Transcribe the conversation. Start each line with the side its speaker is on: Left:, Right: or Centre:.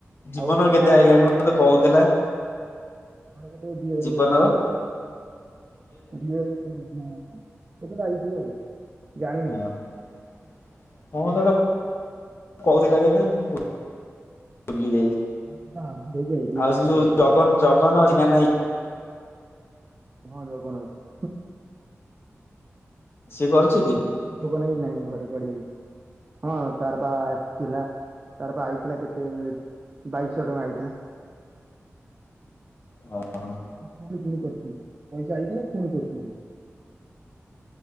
Left: ଜୀବନର
Right: ଆଉ ପୁଣି
Left: କେତେ
Right: ଆଉ
Left: ଆଇଲାଣି
Right: ଗୋଟେ ଆଉ
Left: ମତେ କହୁଥିଲା।
Right: ତାର କେତେ ଦି ହଜାର
Left: ଜୀବନର
Right: କେତେ କଣ ଆଇଚି ଆଉ ଦି ହଜାର କେତେ କଣ ହଁ କେବେ ଲାଗିଥିବ ଜାଣିନି।
Left: ହଁ ମତେ କହୁଥିଲା କେବେ ମୁଁ ବୁଲି ଯାଇଛି
Right: ହଁ ସେଟା ଆଭରେଜ ଦି ହଜାର
Left: ଆଉ ସେ
Right: ଟା
Left: ଯୋଉ
Right: ଆଭରେଜ
Left: ଜଗନ୍ ଜଗନ୍ ଅଛି ନା ନାହିଁ।
Right: ହଁ ଜଗନ୍ ଅଛି।
Left: ସିଏ କରୁଛିତି।
Right: ଟୁକନ ଭାଇ ନାଇଁ ଘରେ କୁଆଡେ ଯାଇଛି। ହଁ ତାର ପା ଆସିଇଥିଲା ତାରପା ଆଇଥିଲା କେତେ ବାଇଶ ଟଙ୍କା ଆଇଥିଲା।
Left: ହଁ ହଁ।
Right: ପୁଣି ପୁଣି କରିଛି ପଇସା ଆଇଥିଲା ପୁଣି କରୁଛି।